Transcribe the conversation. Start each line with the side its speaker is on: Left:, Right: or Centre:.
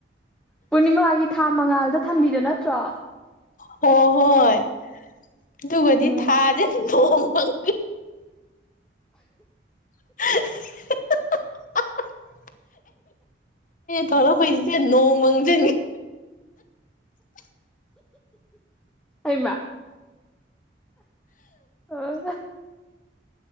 Centre: ꯄꯨꯔꯅꯤꯃꯥꯒꯤ ꯊꯥ ꯃꯉꯥꯜꯗ ꯊꯝꯕꯤꯗ ꯅꯠꯇ꯭ꯔꯣ
Left: ꯍꯣ ꯍꯣꯏ ꯇꯨꯡꯒꯗꯤ
Centre: ꯎꯝ
Left: ꯊꯥꯖꯦ ꯄꯨꯡ ꯐꯥꯡ <inaudible> ꯊꯔ ꯄꯩꯁꯤ ꯅꯣꯡꯪꯖ <inaudible>
Centre: ꯍꯃ ꯑꯣ